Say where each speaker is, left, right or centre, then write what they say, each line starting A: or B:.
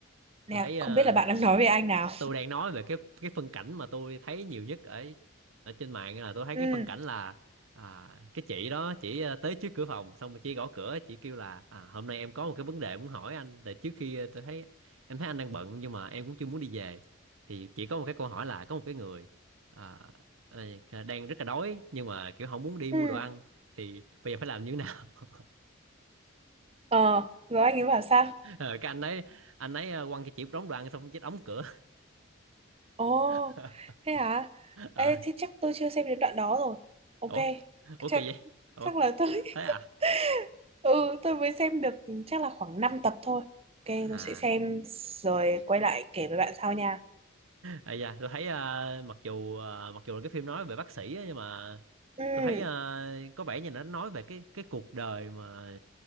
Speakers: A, on the right; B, on the right.
A: nè
B: tôi thấy
A: không
B: ờ,
A: biết là bạn đang nói về anh nào
B: tôi đang nói về cái cái phân cảnh mà tôi thấy nhiều nhất ở ở trên mạng là tôi thấy
A: ừ
B: cái phân cảnh là à, cái chị đó chỉ ờ, tới trước cửa phòng xong rồi chị gõ cửa chị kêu là à, hôm nay em có một cái vấn đề muốn hỏi anh để trước khi ờ, tôi thấy em thấy anh đang bận nhưng mà em cũng chưa muốn đi về thì chỉ có một cái câu hỏi là có một cái người à, ờ, đang rất là đói nhưng mà kiểu không muốn đi
A: ừ
B: mua đồ ăn thì bây giờ phải làm như thế nào <laughs>
A: ờ rồi anh ấy bảo sao
B: Ờ, cái anh ấy anh ấy ờ, quăng cho chị đóng đồ ăn xong chết đóng cửa
A: ồ
B: <laughs>
A: thế hả
B: Ờ,
A: ê thì chắc tôi chưa xem đến đoạn đó rồi ok
B: ủa ủa
A: chắc
B: kỳ vậy Ủa?
A: chắc là tôi
B: thế à
A: <laughs> ừ tôi mới xem được chắc là khoảng 5 tập thôi ok
B: à
A: tôi sẽ xem rồi quay lại kể với bạn sau nha
B: à dạ tôi thấy ờ, mặc dù ờ, mặc dù là cái phim nói về bác sĩ á, nhưng mà
A: ừ
B: tôi thấy ờ, có vẻ như nó nói về cái cái cuộc đời mà